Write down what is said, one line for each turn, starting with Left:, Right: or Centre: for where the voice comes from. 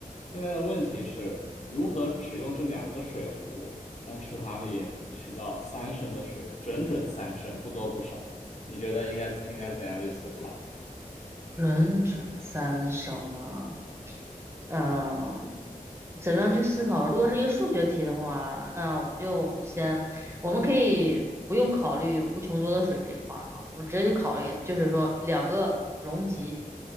Left: 现在的问题是如何只用这两个水壶从池塘里取到三升的水，整整三升，不多不少。你觉得应该应该怎样去思考？
Right: <laughs> 人准三生啊，嗯，怎么样去思考？如果是一个数学题的话，那我们就先，我们可以不用考虑无穷多的水这一块儿哈，我们直接去考虑，就是说两个容积，